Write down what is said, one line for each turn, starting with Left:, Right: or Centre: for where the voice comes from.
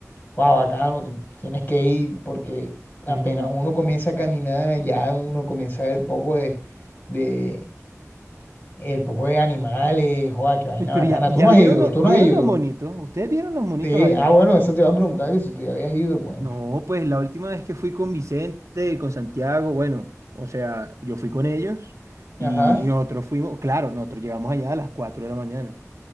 Left: Wow, bacano, tú tienes que ir porque apenas
Right: Ujú.
Left: uno comienza a caminar, ya uno comienza a ver el poco de, de el poco de animales, joda, qué vaina
Right: Y Pero
Left: bacana.
Right: ya,
Left: ¿No
Right: ya
Left: Tú no
Right: vieron,
Left: has ido,
Right: lo-
Left: tú
Right: vieron
Left: no has ido.
Right: los monitos. ¿Ustedes vieron los monitos
Left: Sí,
Right: ahí?
Left: ah, bueno, eso te iba a preguntar que si tú ya habías ido, pues.
Right: No, pues la última vez que fui con Vicente, con Santiago, bueno, o sea, yo fui con ellos y
Left: Ajá,
Right: nosotros fuimos, claro, nosotros llegamos allá a las 4 de la mañana.